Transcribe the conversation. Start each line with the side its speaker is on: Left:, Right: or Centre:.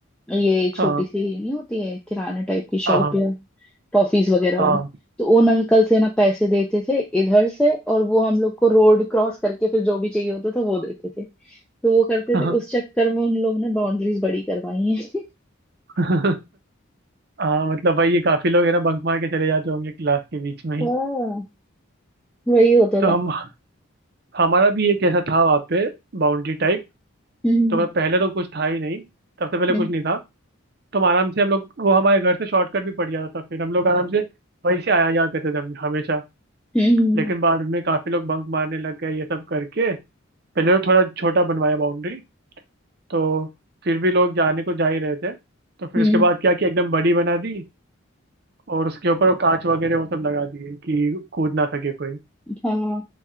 Centre: ये छोटी
Right: हाँ
Centre: सी नहीं होती है किराने टाइप की शॉप
Right: हाँ
Centre: या टॉफीज वगैरह
Right: हाँ
Centre: वाली तो उन अंकल से ना पैसे देते थे इधर से और वो हम लोग को रोड क्रॉस करके फिर जो भी चाहिए होता था वो देते थे तो वो करते
Right: हाँ
Centre: थे उस चक्कर में उन लोगों ने बाउंड्रीज बड़ी करवाई है <laughs>
Right: <laughs> हाँ, मतलब भाई ये काफी लोग है ना बंक मार के चले जाते होंगे क्लास के बीच में ही
Centre: हाँ वही होता
Right: तो
Centre: था
Right: हम हमारा भी एक ऐसा था वहाँ पे बाउंड्री टाइप
Centre: हम्म
Right: तो मैं पहले तो कुछ था ही नहीं सबसे पहले
Centre: हम्म
Right: कुछ नहीं था तो हम आराम से हम लोग वो हमारे घर से शॉर्टकट भी पड़ जाता था फिर हम लोग आराम से वहीं से आया जाया करते थे हम हमेशा
Centre: हम्म हम्म
Right: लेकिन बाद में काफी लोग बंक मारने लग गए ये सब करके पहले तो थोड़ा छोटा बनवाया बाउंड्री तो फिर भी लोग जाने को जा ही रहे थे तो फिर
Centre: हम्म।
Right: उसके बाद क्या कि एकदम बड़ी बना दी और उसके ऊपर वो कांच वगैरह वो सब लगा दिए कि कूद ना सके कोई
Centre: हाँ